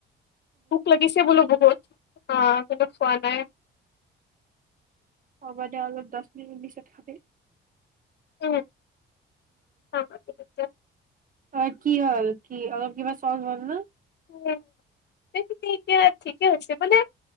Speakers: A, on the left; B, on the right.
A: ভোক লাগিছে বোলো বহুত অ কিন্ত খোৱা নাই
B: হব দে অলপ দহ মিনিট পিছত খাবি
A: উম, খাম আৰু তেতিয়া।
B: ত কি হল কি অ কিবা চল হল না
A: উ সেইখিনি এতিয়া ঠিকে হৈছে মানে